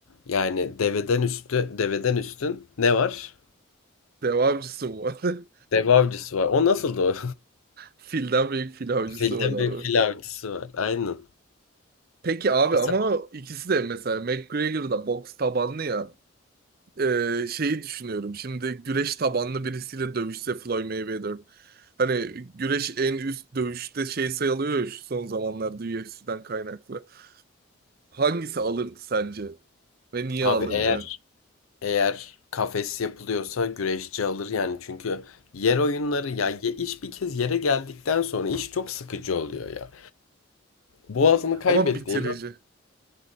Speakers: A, on the left (about 75°); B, on the right (about 45°).
A: yani deveden üstü, deveden üstün ne var?
B: Dev avcısı mı var? <laughs>
A: Dev avcısı var. O nasıldı o?
B: Filden büyük fil avcısı
A: <laughs> Filden
B: var
A: büyük
B: abi.
A: fil avcısı var. Aynen.
B: Peki abi
A: E
B: ama
A: sen-
B: ikisi de mesela McGregor da boks tabanlı ya. Ee, şeyi düşünüyorum. Şimdi güreş tabanlı birisiyle dövüşse Floyd Mayweather. Hani güreş en üst dövüşte şey sayılıyor ya şu son zamanlarda UFC'den kaynaklı. Hangisi alırdı sence? Ve niye
A: Abi
B: alırdı?
A: eğer eğer kafes yapılıyorsa güreşçi alır yani çünkü yer oyunları ya ye- iş bir kez yere geldikten sonra iş çok sıkıcı oluyor ya. Boğazını kaybettiğini
B: Ama bitirici.